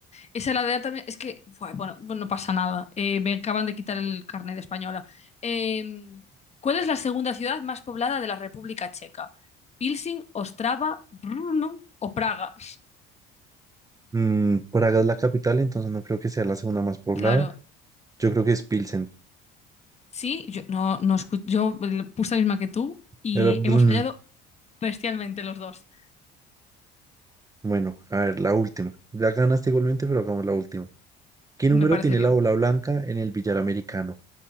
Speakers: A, on the left; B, on the right.
A: Esa la de Atame. Es que. buah, bueno, bueno, no pasa nada. Eh, me acaban de quitar el carnet de española. Eh, ¿cuál es la segunda ciudad más poblada de la República Checa? ¿Pilsing, Ostrava, Brno o Praga?
B: Mm, Praga es la capital, entonces no creo que sea la segunda más poblada.
A: Claro.
B: Yo creo que es Pilsen.
A: Sí, yo no, no escu- yo le puse la misma que tú y
B: Era Brno.
A: hemos fallado bestialmente los dos.
B: Bueno, a ver, la última. Ya ganaste igualmente, pero hagamos la última. ¿Qué
A: Me
B: número
A: parece
B: tiene
A: bien.
B: la bola blanca en el billar americano?